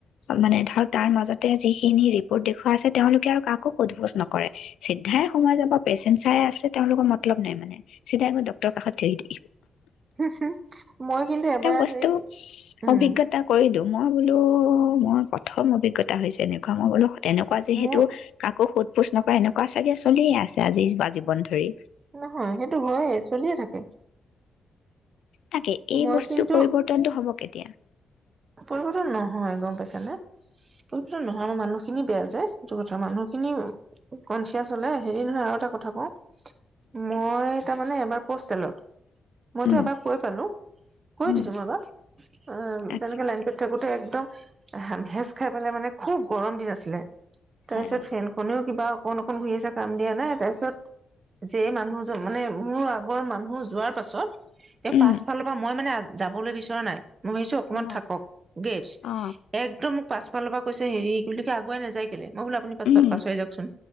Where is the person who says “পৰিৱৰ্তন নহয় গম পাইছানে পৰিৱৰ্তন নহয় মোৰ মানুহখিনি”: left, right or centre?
Right